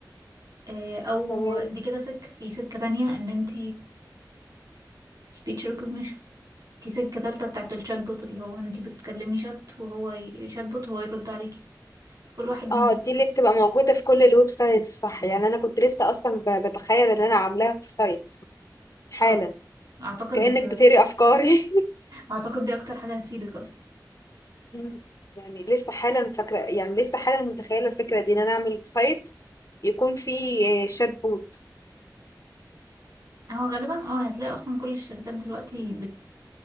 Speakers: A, on the right; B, on the left.
A: آه، او
B: تمام
A: دي كده سكه في سكه تانية ان انت السبيتش ريكوجنيشن في سكه تالتة بتاعت الشات بوت اللي هو انت بتكلمي شات وهو ي- شات بوت هو يرد عليكي فكل واحد من
B: اه
A: دول
B: دي اللي بتبقى موجودة في كل الويب سايتس صح يعني انا كنت لسه اصلا ب- بتخيل ان انا عاملاها في سايت حالا
A: اه اعتقد
B: كأنك بتقري افكاري
A: اعتقد دي اكتر حاجه هتفيدك اصلا
B: <laughs> مم. يعني لسه حالا فاكرة يعني لسه حالا متخيلة الفكرة دي ان انا اعمل سايت يكون فيه آه، شات بوت
A: هو غالبا اه هتلاقي اصلا كل الشركات دلوقتي بت